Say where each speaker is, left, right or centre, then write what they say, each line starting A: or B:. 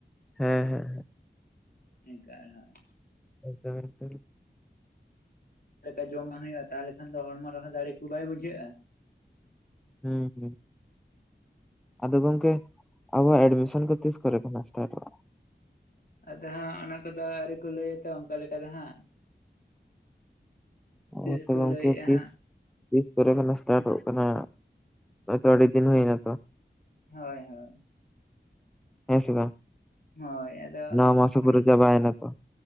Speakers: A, in the centre; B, on the left.
A: ᱦᱮᱸ ᱦᱮᱸ,
B: ᱮᱠᱟᱞ <unintelligible>
A: <inaudible>
B: ᱞᱮᱠᱟ ᱡᱚᱢ ᱵᱟᱝ ᱦᱩᱭᱩᱜᱼᱟ, ᱛᱟᱦᱚᱞᱮ ᱠᱷᱟᱱ ᱫᱚ ᱦᱚᱲᱢᱚ ᱨᱮᱦᱚᱸ ᱫᱟᱲᱮ ᱠᱚ ᱵᱟᱭ ᱵᱩᱡᱷᱟᱹᱜᱼᱟ᱾
A: ᱦᱮᱸ ᱾ ᱟᱫᱚ ᱜᱚᱝᱠᱮ ᱟᱵᱚᱣᱟᱜ ᱮᱰᱢᱤᱥᱚᱱ ᱠᱚ ᱛᱤᱥᱠᱨᱮᱠᱚ ᱢᱟᱥᱴᱟᱨᱚᱜᱼᱟ?
B: ᱟᱫᱚ ᱦᱟᱸᱜ ᱚᱱᱟ ᱠᱚᱫᱚ ᱟᱹᱣᱨᱤ ᱠᱚ ᱞᱟᱹᱭᱟᱛᱚ ᱚᱱᱠᱟ ᱞᱮᱠᱟ ᱫᱚ ᱦᱟᱸᱜ, <inaudible> ᱛᱤᱥ
A: ᱦᱮᱸ ᱛᱚ
B: ᱠᱚ
A: ᱜᱚᱝᱠᱮ
B: ᱞᱟᱹᱭᱮᱫᱼᱟ
A: ᱛᱤᱥ
B: ᱦᱟᱸᱜ,
A: ᱛᱤᱥ ᱠᱚᱨᱮ ᱠᱷᱚᱱ ᱥᱴᱟᱨᱴᱚᱜ ᱠᱟᱱᱟ ᱛᱚ ᱟᱹᱰᱤ ᱫᱤᱱ ᱦᱩᱭᱱᱟ ᱛᱚ᱾
B: ᱦᱳᱭ ᱦᱳᱭ,
A: <inaudible> ᱦᱮᱸ ᱥᱮ ᱵᱟᱝ,
B: ᱦᱳᱭ ᱟᱫᱚ
A: <inaudible> ᱱᱚᱣᱟ ᱢᱟᱥᱚ
B: ᱚᱱᱟ
A: ᱯᱩᱨᱟᱹ ᱪᱟᱵᱟᱭᱱᱟ ᱛᱚ